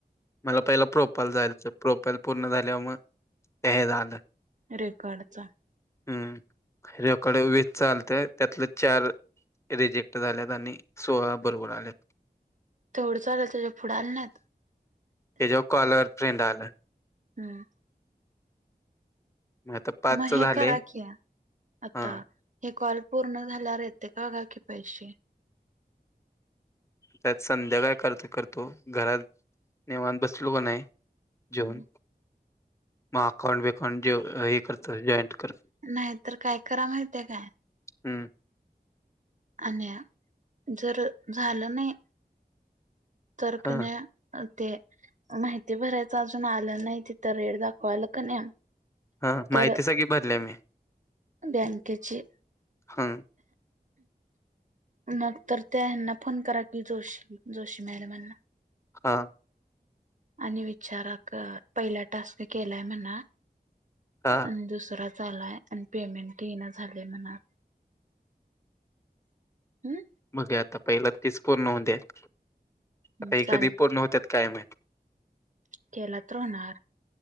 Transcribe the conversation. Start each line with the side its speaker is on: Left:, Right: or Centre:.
Left: मला पहिला प्रोफाइलच आलेल, प्रोफाइल पूर्ण झाल्यावर मग ते हेज आलं.
Right: रेकॉर्डचा.
Left: हम्म रेकॉर्ड विथ चालतंय. त्यातलं चार रिजेक्ट झाल्यात आणि सोळा बरोबर आल्यात.
Right: तेवढंच आलं त्याच्या पुढं आलं नाहीत?
Left: त्याच्यावर कॉलर फ्रेंड आलं.
Right: हम्म.
Left: मग आता पाचच
Right: मग हे
Left: झाले
Right: करा की आता
Left: हा
Right: हे कॉल पूर्ण झाल्यावर येतंय का बघा की पैसे.
Left: त्यात संध्या कायतर करतो करतो घरात निंवात बसलो का नाय जेऊन,
Right: हम्म
Left: मग अकाउंट बिकाउंट जा हे करतो जॉईंट करतो.
Right: नाही तर काय करा माहितीये काय?
Left: हम्म.
Right: आणि जर झालं नाही तर कनई
Left: हा
Right: ते माहिती भरायचं अजून आलं नाही तिथं रेड दाखवालं कनई
Left: हा माहिती
Right: तर
Left: सगळी भरल्या मी
Right: बँकेची
Left: हम.
Right: नंतर त्याहेना फोन करा की जोशी जोशी मॅडमांना यांना.
Left: हा‌‌.
Right: आणि विचारक पहिला टास्क केलाय म्हणा.
Left: हा.
Right: आणि दुसरा झालाय आणि पेमेंट ये ना झालेय म्हणा. हम्म.
Left: मग आता पहिलं तीच पूर्ण होऊ द्या आता
Right: हम्म
Left: इ
Right: चालतं
Left: कधी पूर्ण होतत काय माहिती.
Right: केला तर होणार.